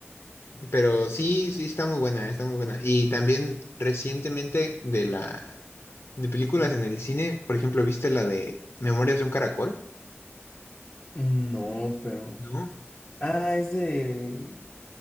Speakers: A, on the left; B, on the left.
A: Pero sí, sí, está muy buena, está muy buena. Y también recientemente de la de películas en el cine, por ejemplo, ¿viste la de Memorias de un Caracol?
B: no, pero.
A: No.
B: Ah, es de.